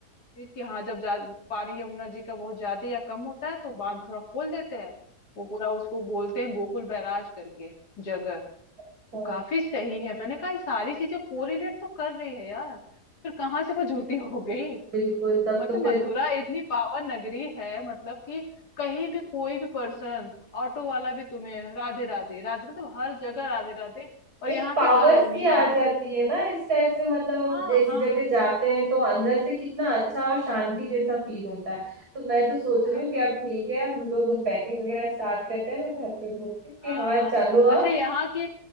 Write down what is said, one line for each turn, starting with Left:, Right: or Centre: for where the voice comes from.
Left: चीज कि हाँ जब जा, पानी यमुना जी का बहुत ज्यादा या कम होता है तो बांध थोड़ा खोल देते हैं वो पूरा उसको बोलते हैं गोकुल बैराज करके जगह
Right: अच्छा
Left: वो काफी सही है मैंने कहा ये सारी चीजें कोरिलेट तो कर रही है यार फिर कहाँ से वो झूठी हो गई
Right: बिल्कुल तब
Left: मतलब
Right: तो फिर
Left: मथुरा इतनी पावन नगरी है मतलब कि कहीं भी कोई भी पर्सन ऑटो वाला भी तुम्हें राधे राधे राधे मतलब हर जगह राधे राधे और
Right: एक
Left: यहाँ
Right: पावर
Left: की कॉलोनियां
Right: सी आ
Left: भी
Right: जाती है ना इस टाइप से मतलब हम
Left: हाँ
Right: जैसी
Left: हाँ
Right: जगह जाते हैं तो अंदर से कितना अच्छा और शांति जैसा फील होता है तो मैं तो सोच
Left: हाँ
Right: रही हूँ कि अब ठीक है हम लोग पैकिंग वगैरह स्टार्ट करते हैं मैं घर पे बोलती हूँ कि
Left: हाँ
Right: हाँ
Left: हाँ।
Right: चलो
Left: अच्छा
Right: अब
Left: यहाँ की